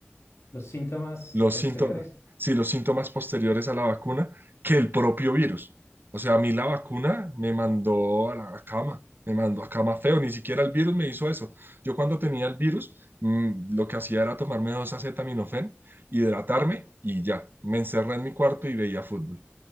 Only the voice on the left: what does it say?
Los síntomas
posteriores